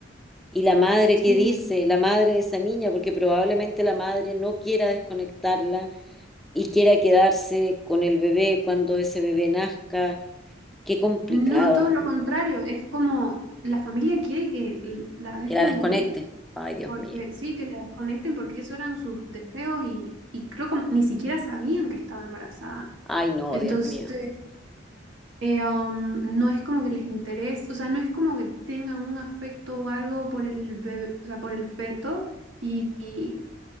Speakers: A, in the centre; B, on the right.
A: ¿Y la madre qué
B: Sí,
A: dice? La madre de esa niña, porque probablemente la madre no quiera desconectarla y quiera quedarse con el bebé cuando ese bebé nazca. Qué complicado.
B: no, todo lo contrario, es como la familia quiere que la dejen
A: Que la desconecte.
B: morir.
A: Ay, Dios
B: Porque
A: mío.
B: sí, que la desconecten porque esos eran sus deseos y, y creo que ni siquiera sabían que estaba embarazada.
A: Ay, no,
B: Entonces,
A: Dios mío.
B: eh, um, no es como que les interese, o sea, no es como que tengan un afecto o algo por el bebé, o sea, por el feto y, y,